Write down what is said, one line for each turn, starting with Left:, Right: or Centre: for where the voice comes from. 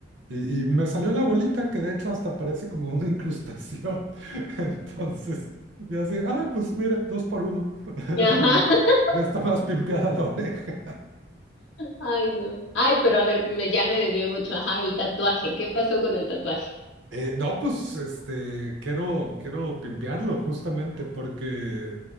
Right: y, y me salió la bolita, que de hecho hasta parece como una incrustación. <laughs> Entonces, ya sé, ah, pues mira, dos por uno. <laughs>
Left: Ajá. <laughs>
Right: Ya está más pimpeada la oreja.
Left: Ay, no. Ay, pero a ver, me, ya me desvié mucho. Ajá, el tatuaje. ¿Qué pasó con el tatuaje?
Right: Eh, no, pues este, quiero, quiero pimpearlo justamente porque